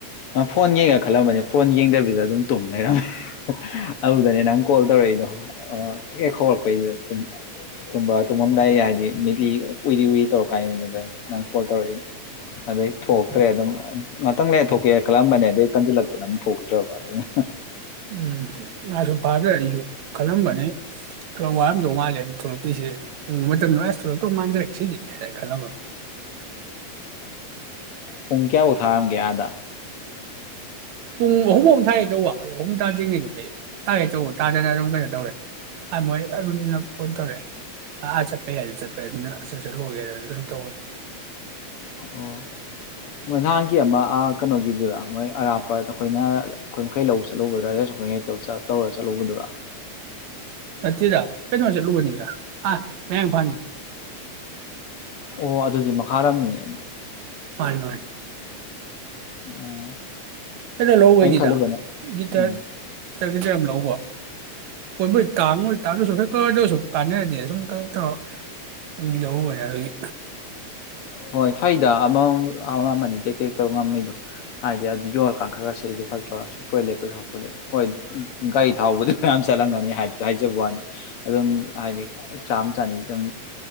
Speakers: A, on the left; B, on the right.
A: ꯅꯪ ꯐꯣꯟ ꯌꯦꯡꯉ ꯈꯜꯂꯝꯕꯅꯤ ꯐꯣꯟ ꯌꯦꯡꯗꯕꯤꯗ ꯑꯗꯨꯝ ꯇꯨꯝ ꯂꯩꯔꯝꯃꯦ ꯑꯗꯨꯗꯅꯦ ꯅꯪ ꯀꯣꯜ ꯇꯧꯔꯛꯏꯗꯣ ꯍꯦꯛ ꯍꯧꯔꯛꯄꯩꯗꯨꯨꯝꯕ ꯇꯨꯝꯃꯝꯗꯥꯏꯒꯤ ꯍꯥꯏꯗꯤ ꯃꯤꯠꯂꯤ ꯎꯏꯔꯤ ꯎꯏꯔꯤ ꯇꯧꯔ ꯀꯥꯟꯗꯨꯗꯨꯗ ꯀꯣꯜ ꯇꯧꯔꯛꯏ ꯑꯗꯩ ꯊꯣꯛꯇ꯭ꯔꯦ
B: ꯎꯝ
A: ꯑꯗꯨꯝ ꯉꯥꯛꯇꯪ ꯂꯩꯔ ꯊꯣꯛꯀꯦ ꯈꯜꯂꯝꯕꯅꯦ ꯑꯗꯩ ꯇꯟꯁꯤꯜꯂꯛꯇꯅ ꯑꯗꯨꯝ ꯊꯣꯛꯗ꯭ꯔꯕ ꯑꯗꯨꯅ
B: ꯎꯝ ꯉꯥꯁꯨ ꯐꯥꯗ꯭ꯔ ꯑꯩꯁꯨ ꯈꯜꯂꯝꯕꯅꯦ ꯊꯂꯞ ꯋꯥꯔꯝꯗꯧ ꯃꯥꯜꯂꯦ ꯊꯣꯛꯂꯛꯇꯁꯤꯦ ꯎ ꯃꯇꯝꯗꯨ ꯑꯁ ꯊꯣꯛꯂꯛꯇꯧ ꯃꯥꯟꯗꯔꯦ ꯉꯁꯤꯗꯤ ꯀꯂ
A: ꯄ ꯀꯌꯥꯕꯨ ꯊꯥꯒꯦ ꯑꯗ
B: ꯄꯨꯡ ꯑꯍꯨꯝ ꯑꯍꯨꯝ ꯊꯥꯒꯦ ꯇꯧꯕ ꯑꯗꯨ ꯑꯍꯨꯝ ꯇꯥꯗ꯭ꯔꯤꯉꯩꯗꯨꯗꯤ ꯇꯥꯒꯦ ꯇꯧꯕ ꯇꯥꯗꯅ ꯑꯗꯨꯝ ꯀꯩꯅꯣ ꯇꯧꯔꯦ ꯑ ꯃꯣꯏ ꯑꯔꯨꯟ ꯅ ꯐꯣꯟ ꯇꯧꯔꯛꯑꯦ ꯑꯥ ꯆꯠꯄꯩ ꯑꯗꯨ ꯆꯠꯄꯩ ꯌꯥꯏ ꯑꯗꯨꯅ ꯑꯁ <unintelligible>
A: ꯑꯣ ꯃ ꯅꯒꯤꯑꯃ ꯀꯩꯅꯣꯒꯤꯗꯨꯔꯥ ꯃꯣꯏ ꯑꯔꯥꯞꯄ ꯑꯩꯈꯣꯏꯅ ꯑꯩꯈꯣꯏ ꯃꯈꯩ ꯂꯧꯕ ꯆꯠꯂꯨꯕꯗꯨꯔꯥ <unintelligible> ꯇꯧꯔ ꯆꯠꯂꯨꯕꯗꯨꯔꯥ
B: ꯅꯠꯇꯦꯗ ꯀꯩꯅꯣ ꯆꯠꯂꯨꯕꯅꯤꯗ ꯑꯥ ꯃꯌꯥꯡ ꯏꯝꯐꯥꯟ
A: ꯑꯣ ꯑꯗꯨꯗꯤ ꯃꯈꯥꯔꯅꯤꯅꯦ
B: ꯃꯥ ꯃꯥꯅꯤ
A: ꯎꯝ
B: ꯀꯩꯅ ꯂꯧꯕꯩꯅꯤꯗ
A: ꯑꯩꯅ ꯈꯜꯂꯨꯕꯅ
B: ꯒꯤꯇꯔ
A: ꯎꯝ
B: ꯕꯤꯗ ꯌꯥꯝ ꯂꯧꯕ ꯍꯣꯏꯃꯣꯏ ꯇꯥꯡꯉꯣꯏ ꯇꯥꯡꯗ꯭ꯔꯁꯨ ꯈꯔ ꯀꯔꯗ ꯑꯣꯢꯁꯨ ꯀꯥꯟꯅꯔꯗꯤꯅ ꯁꯨꯝ ꯀꯛ ꯀꯛ ꯂꯧꯔꯨꯕꯅꯦ ꯑꯗꯨꯒꯤ
A: ꯍꯣꯏ ꯐꯩꯗ ꯑꯃ ꯑꯃ ꯇꯦꯛ ꯇꯦꯛꯛꯇꯧ ꯉꯝꯃꯤꯗꯣ ꯍꯥꯏꯗꯤ ꯑꯗꯨ ꯌꯣꯜꯂꯀꯥꯟ ꯈꯔ ꯈꯔ ꯁꯦꯠꯂꯤꯗꯣ ꯐꯠꯇ꯭ꯔ ꯁꯨꯝ ꯄꯨꯔꯦ ꯂꯦꯞꯄꯁꯨꯣꯛꯄꯗꯤ ꯍꯣꯏ ꯒꯥꯔꯤ ꯊꯥꯎꯕꯨꯗꯤ ꯃꯌꯥꯝ ꯆꯠꯂꯝꯒꯅꯤ ꯍꯥꯏꯕꯗꯨ ꯍꯥꯏꯖꯕ ꯋꯥꯅꯤ ꯑꯗꯨꯝ ꯍꯥꯏꯗꯤ ꯆꯥꯝꯃ ꯆꯥꯅꯤ ꯑꯗꯨꯝ